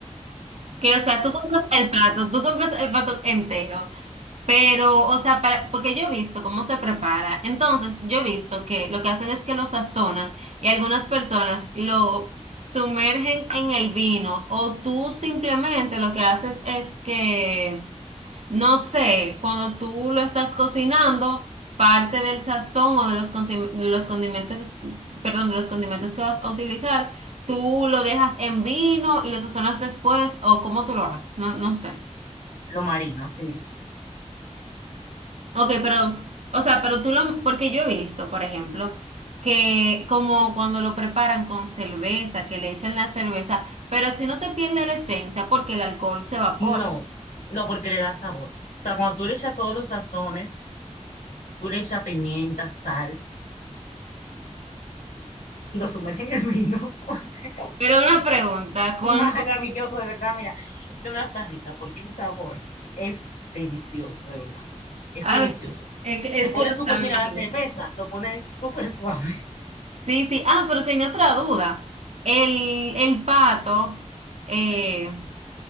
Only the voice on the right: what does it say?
Que, o sea, tú compras el plato, tú compras el plato entero, pero, o sea, para, porque yo he visto cómo se prepara. Entonces, yo he visto que lo que hacen es que lo sazonan y algunas personas lo sumergen en el vino o tú simplemente lo que haces es que no sé, cuando tú lo estás cocinando, parte del sazón o de los, condim- de los condimentos, perdón, de los condimentos que vas a utilizar, tú lo dejas en vino y lo sazonas después o cómo tú lo haces, no, no sé.
Ok, pero, o sea, pero tú lo, porque yo he visto, por ejemplo, que como cuando lo preparan con cerveza, que le echan la cerveza, pero así no se pierde la esencia porque el alcohol se evapora.
Pero una pregunta, cuando
Ah,
es, es
que, o
sea, me
imagino.
Sí, sí. Ah, pero tenía otra duda. El, el pato eh,